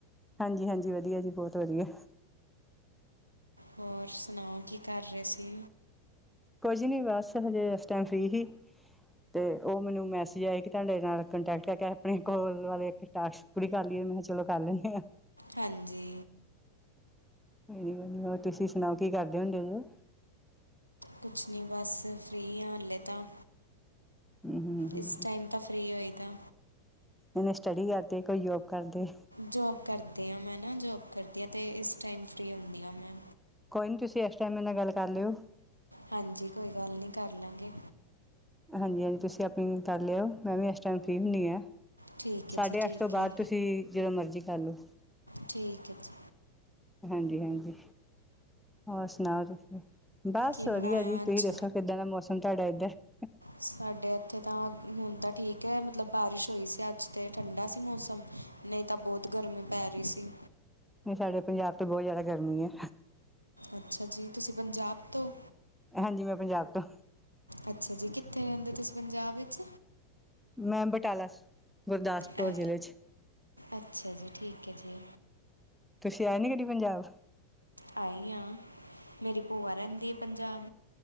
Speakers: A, in the centre; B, on the right.
A: ਹਾਂਜੀ -ਹਾਂਜੀ ਵਧੀਆ ਜੀ ਬਹੁਤ ਵਧੀਆ
B: ਹੋਰ ਸੁਣਾਓ ਕੀ ਕਰ ਰਹੇ ਸੀ
A: ਕੁਝ ਨਹੀ ਬਸ ਹਜੇ ਇਸ ਟਾਈਮ ਫ੍ਰੀ ਸੀ ਤੇ ਉਹ ਮੈਨੂੰ ਮੈਸੇਜ ਆਏ ਕਿ ਤੁਹਾਡੇ ਨਾਲ ਕੰਟਰੈਕਟ ਕਰਕੇ ਆਪਣੇ ਕੋਲ ਵਾਲੇ ਟਾਕਸ ਹੁਣੀ ਕਰ ਲਈਏ ਮੈਂ ਕਿਹਾ ਚਲੋ ਕਰ ਲੈਂਦੇ ਆਂ
B: ਹਾਂਜੀ
A: ਕੋ ਨ ਕੋ ਨੀ ਹੋਰ ਤੁਸੀਂ ਸੁਣਾਓ ਕੀ ਕਰਦੇ ਹੁੰਦੇ ਉਹ
B: ਕੁਛ ਨਹੀਂ ਬਸ, ਫ੍ਰੀ ਹਾਂ ਹੱਲੇ ਤਾਂ
A: ਹੂੰ ਹੂੰ
B: ਇਸ ਟਾਈਮ ਤਾਂ ਫ੍ਰਰੀ ਹੋਈਦਾ
A: ਜਨੇ ਸਟੱਡੀ ਕਰਦੇ ਕੋਈ ਯੋਗ ਕਰਦੇ
B: ਜੋਬ ਕਰਦੀ ਹਾਂ ਮੈਂ ਨਾ ਜੋਬ ਕਰਦੀ ਹਾਂ ਅਤੇ ਇਸ ਟਾਈਮ ਫਰੀ ਹੁੰਦੀ ਹਾਂ ਮੈਂ
A: ਕੋਈ ਨੀ ਤੁਸੀਂ ਇਸ ਟਾਈਮ ਮੇਰੇ ਨਾਲ ਗੱਲ ਕਰ ਲਿਓ
B: ਹਾਂਜੀ ਕੋਈ ਗੱਲ ਨਹੀ ਕਰ ਲਵਾਂਗੇ
A: ਹਾਂਜੀ, ਹਾਂਜੀ ਤੁਸੀਂ ਆਪਣੀ ਕਰ ਲਿਓ ਮੈਂ ਵੀ ਇਸ ਟਾਈਮ ਫ੍ਰੀ ਹੁੰਦੀ ਹਾਂ
B: ਠੀਕ
A: ਸਾਢੇ
B: ਹੈ ਜੀ ਠੀਕ
A: ਅੱਠ ਤੋਂ ਬਾਅਦ
B: ਹੈ
A: ਤੁਸੀਂ ਜਦੋਂ ਮਰਜ਼ੀ ਕਰ ਲਓ
B: ਠੀਕ ਹੈ ਜੀ
A: ਹਾਂਜੀ -ਹਾਂਜੀ ਹੋਰ ਸੁਣਾਓ ਤੁਸੀਂ, ਬਸ
B: ਕੀ
A: ਵਧੀਆ
B: ਬਣਾਇਆ
A: ਜੀ
B: ਅੱਜ
A: ਤੁਸੀਂ ਦੱਸੋ ਕਿੱਦਾਂ ਦਾ ਮੌਸਮ ਤੁਹਾਡੇ ਇਧਰ ਹੈ
B: ਸਾਡੇ ਇੱਥੇ ਤਾਂ ਹੁਣ ਤਾਂ ਠੀਕ ਹੈ ਮਤਲਬ ਬਾਰਿਸ਼ ਹੋਈ ਸੀ ਅੱਜ ਤਾਂ ਠੰਡਾ ਸੀ ਮੌਸਮ ਨਹੀਂ ਤਾਂ ਬਹੁਤ ਗਰਮੀ ਪੈ ਰਹੀ ਸੀ
A: ਨਹੀਂ ਸਾਡੇ ਪੰਜਾਬ ਤੇ ਬਹੁਤ ਜਿਆਦਾ ਗਰਮੀ ਹੈ
B: ਅੱਛਾ ਜੀ ਤੁਸੀਂ ਪੰਜਾਬ ਤੋਂ
A: ਹਾਂਜੀ ਮੈਂ ਪੰਜਾਬ ਤੋਂ
B: ਅੱਛਾ ਜੀ ਕਿੱਥੇ ਰਹਿੰਦੇ ਤੁਸੀ ਪੰਜਾਬ ਵਿੱਚ
A: ਮੈਂ ਬਟਾਲਾ ਗੁਰਦਾਸਪੁਰ
B: ਅ
A: ਜ਼ਿਲ੍ਹੇ 'ਚ
B: ਅੱਛਾ ਜੀ ਠੀਕ ਹੈ ਜੀ
A: ਤੁਸੀਂ ਆਏ ਨੀ ਕਦੀ ਪੰਜਾਬ
B: ਆਏ ਹਾਂ ਮੇਰੀ ਭੂਆ ਰਹਿੰਦੀ ਹੈ ਪੰਜਾਬ